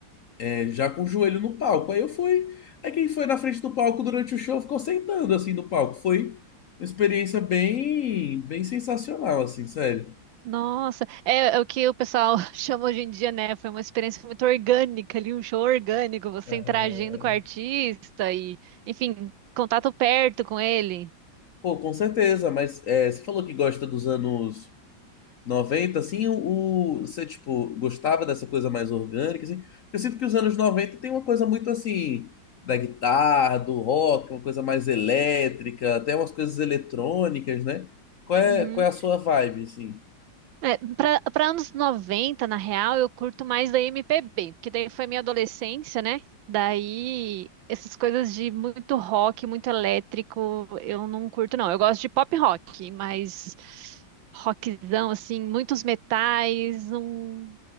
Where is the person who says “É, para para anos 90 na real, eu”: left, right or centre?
Right